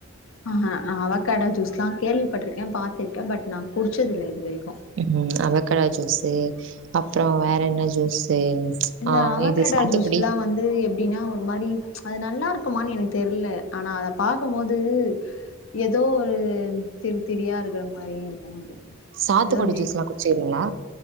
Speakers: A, on the left; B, on the right.
A: ஆஹ நா அவக்கடா ஜூஸ்லா கேள்விப்பட்டிருக்கே பாத்திருக்கே பட் நா குடிச்சதில்ல இது வரைக்கு
B: ம் அவக்கடா ஜூஸு அப்ரோ வேற என்ன ஜூஸு
A: இந்த
B: ஆ
A: அவகடா
B: இது சாத்துக்குடி.
A: ஜூஸ்லா வந்து து எப்டினா ஒரு மாரி அது நல்லாருக்குமானு எனுக் தெர்ல ஆனா அதப் பாக்கும்மோது ஏதோ ஒரு திரித்திரியா இருக்குற மாரி இருக்கூ அது
B: சாத்துக்கொடி
A: ஏதோ நெ
B: ஜூஸ்லா குச்சுறீங்களா